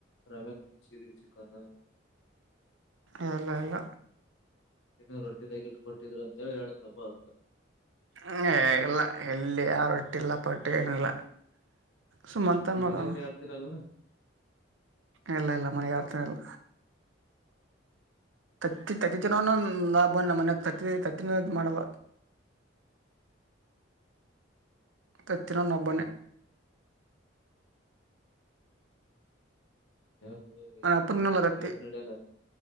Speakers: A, on the left; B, on the right.
A: ರಮ್ಯಕ್ ತಿನ್ಸಿದಿ ಚಿಕನ್
B: ಅಲ್ಲ ಇಲ್ಲ
A: ಇನ್ನು ರೊಟ್ಟಿದಾಗಿ ಇಟ್ಟ ಕೊಟ್ಟಿದ್ರು ಅಂತೇಳಿ ಹೇಳತಪ್ಪ ಅದಕ್ಕಂತ
B: ಹ ಹೇಗಲ್ಲ ಎಲ್ಲಿ ಯಾರೊಟ್ಟಿಲ್ಲ ಪಟ್ಟು ಏನಿಲ್ಲ ಸುಮ್ ಅಂತನ್
A: ನೀ
B: ಮಗ
A: ಮನ್ಯಾಗನೆ
B: ಅವ
A: ಯಡ್ತೇನ ಅಲ್ಲಾನ
B: ಇಲ್ಲ ಇಲ್ಲ ಮನೆ ಯತ್ರ ಇಲ್ಲ ತತ್ತಿ ತತ್ತ ತನನು ಲಾ ಬನ್ನ ಮನೆ ತತ್ತ ತತ್ತಿನ ಮಾಡಲ್ಲ ತತ್ತರ ನಬನೆ
A: ಯಾಗ ನ್
B: ನನ್ ಅಪ್ಪ
A: ನಮ್ಮ
B: ತಿನ್ನಲ್ಲ
A: ಮನ್ಯಾಗ
B: ತತ್ತಿ
A: ಏನು ನಡಲ್ಲ